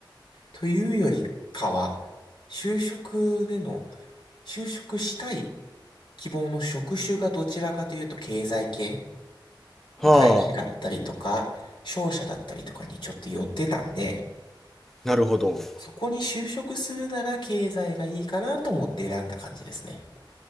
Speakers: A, on the left (about 70°); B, in the centre.
A: というよりかは、就職での、就職したい希望の職種がどちらかというと経済系まあ外資だったりとか、
B: う。はあ、
A: 商社だったりとかにちょっと寄ってたんで、
B: なるほど。
A: そこに就職するなら経済がいいかなと思って選んだ感じですね。